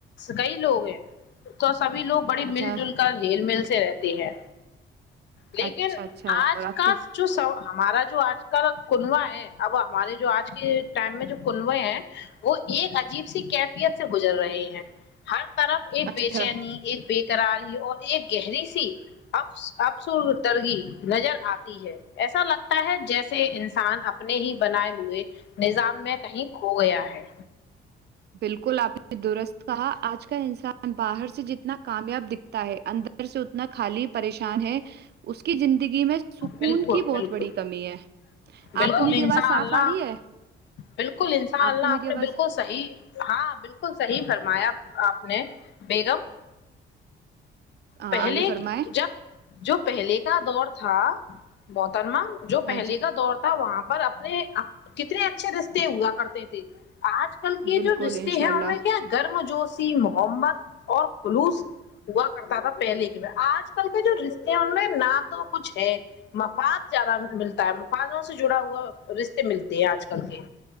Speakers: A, on the left (about 65°); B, on the right (about 55°).
A: کئی لوگ ہیں تو سبھی لوگ بڑی
B: اچھا
A: مل جل کر جل مل سے رہتے ہیں لیکن
B: اچھا اچھا
A: آج
B: اور آپ
A: کا
B: کے
A: جو س ہمارا جو جو آج کا کنوا ہے اب ہمارے جو آج کے ٹائم میں جو کنوے ہیں وہ ایک عجیب سی کیفیت سے گزر رہے ہیں ہر طرف ایک
B: اچھا
A: بے چینی ایک ب کراری اور ایک گہری سی افسر ترگی نظر آتی ہے ایسا لگتا ہے جیسا سے انسان اپنے ہی بنائے ہوئے نظام میں کہیں کھو گیا ہے
B: بالکل آپ نے درست کہا آج کا انسان باہر سے جتنا کامیاب دکھتا ہے اندر سے اتنا خالی پریشان ہے اس کی زندگی میں سکون
A: بالکل
B: کی بہت
A: بالکل
B: بڑی کمی ہے
A: بالکل
B: آپ کو میری
A: انشاءلہ
B: آواز صاف آ رہی ہے
A: بالکل انشاء اللہ
B: کو میری
A: آپ
B: آواز
A: نے بالکل صحی ہاں بالکل صحی فرمایا آپ نے بیگم پہلے
B: آگے فرمائیں
A: جب جو پہلے کا دور تھا بوترما جو
B: ہاں
A: پہلے
B: جی
A: کا دور تھا وہاں پر اپنے کتنے اچھے رستے ہوا کرتے تھے آج کل کے
B: بالکل
A: جو رشتے
B: انشاء
A: ہیں
B: اللہ
A: ان میں کیا گرم جوشی محمد اور خلوص ہوا کرتا تھا پہلے کے بع آج کل کے جو رشتے ہیں ان میں نہ تو کچھ ہے مفاد زیادہ ملتا ہے مخانوں سے جڑا ہوا رشتے ملتے ہیں آج کل کے